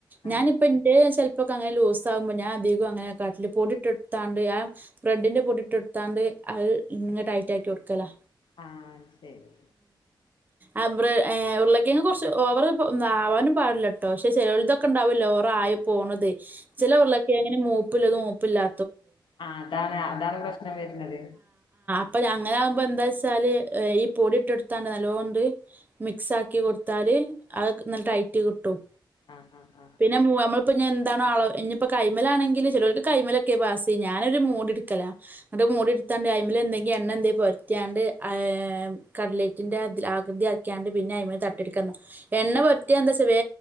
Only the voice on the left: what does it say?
ആഹ്
ആഹ്
ആ ശെരി
ആ അതാണ് അതാണ് പ്രശ്നം വരുന്നത്
ആഹ് ആഹ് ആഹ്